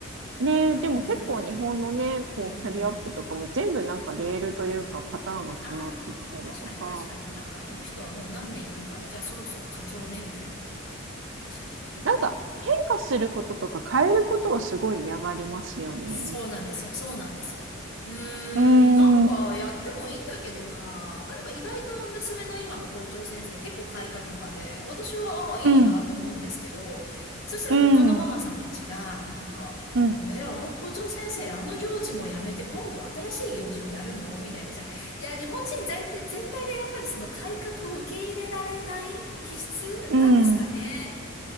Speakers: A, on the right; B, on the left.
A: ねえ、でも結構日本のね、
B: ねえ。
A: こう、
B: うん。
A: キャリアアップとかも全部なんかレールというかパターンが決まってきたりとか、
B: ああ、確かに確かになんかあの人はもう何年いるからじゃあそろそろ課長ねみたいな。確かにね。
A: なんか変化することとか変えることをすごい嫌がりますよね。
B: そうなんですよ。そうなんですよ。うーん、
A: うー
B: なんかやってもいいんだけどな。
A: ん
B: まあでも意外と娘の今の校長先生結構改革派で、私はああ、いいなって思うんですけど、
A: うん、
B: そしたら他のママさんたちが、
A: うん、
B: なんか、
A: うん、
B: えあの校長先生、あの行事もやめて今度は新しい行事をやるのみたいな。じゃあ、いや、日本人全体全体がやっぱりその改革を受け入れられない気質なんですかね。
A: うん。